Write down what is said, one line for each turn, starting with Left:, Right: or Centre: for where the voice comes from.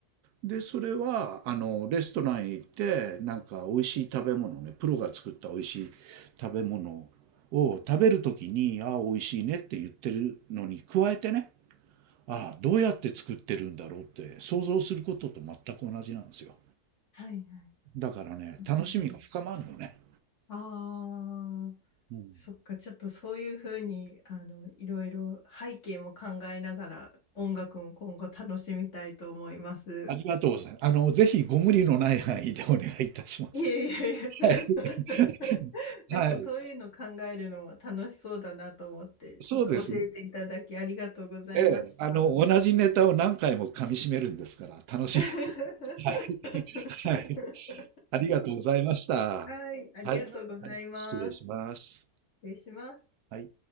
Right: で、それは、あの、レストランへ行って、なんか美味しい食べ物ね、プロが作った美味しい食べ物を食べるときに、ああ、美味しいねって言ってるのに加えてね、ああ、どうやって作ってるんだろうって想像することと全く同じなんですよ。
Left: はいはい。
Right: だからね、
Left: なるほど。
Right: 楽しみが深まるのね。
Left: ああ、
Right: うん
Left: そっか。ちょっとそういうふうに、あの、いろいろ背景も考えながら音楽も今後楽しみたいと思います。
Right: ありがとうございます。あの、ぜひご無理のない範囲でお願いいたします。
Left: いえいえいえ。
Right: はい。
Left: <laughs>
Right: <laughs>
Left: なんかそういうの考えるのも楽しそうだなと思って、
Right: はい。そうですね。
Left: ちょっと教えていただきありがとうございました。
Right: ええ。あの、同じネタを何回も噛み締めるんですから、楽しいです。
Left: <laughs>
Right: はい。<laughs> はい。ありがとうございました。
Left: はい、ありがとうございます。
Right: はい。はい、失礼します。
Left: 失礼します。
Right: はい。